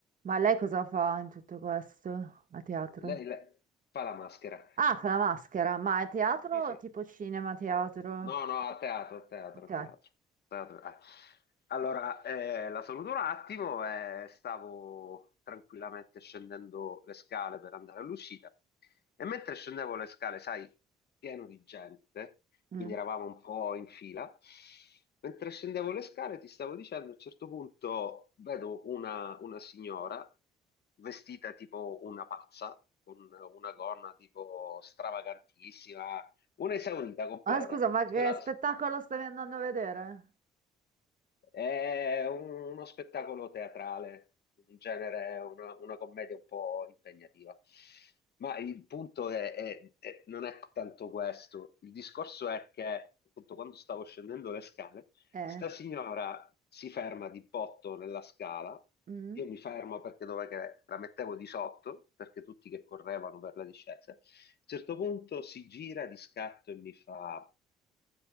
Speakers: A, on the right; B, on the left.
A: Ma lei cosa fa in tutto questo? A teatro?
B: Lei, lei fa la maschera.
A: Ah, fa la maschera, ma è teatro
B: Sì, sì.
A: o tipo cinema, teatro?
B: No, no, a teatro, a teatro,
A: Ok.
B: a teatro. Teatro, eh. Allora, eh, la saluto un attimo e stavo tranquillamente scendendo le scale per andare all'uscita. E mentre scendevo le scale, sai, pieno di gente,
A: Mm.
B: quindi eravamo un po' in fila. Mentre scendevo le scale, ti stavo dicendo, a un certo punto vedo una, una signora vestita tipo una pazza, con una gonna tipo stravagantissima, un'esaurita completa.
A: Ah, scusa, ma
B: Sono
A: che spettacolo stavi andando a vedere?
B: è un- uno spettacolo teatrale, in genere è una, una commedia un po' impegnativa. Ma il punto è, è- è- non è tanto questo. Il discorso è che, appunto, quando stavo scendendo le scale,
A: Eh,
B: sta signora si ferma di botto nella scala.
A: mm?
B: Io mi fermo perché dov'è che la mettevo di sotto, perché tutti che correvano per la discesa. A un certo punto si gira di scatto e mi fa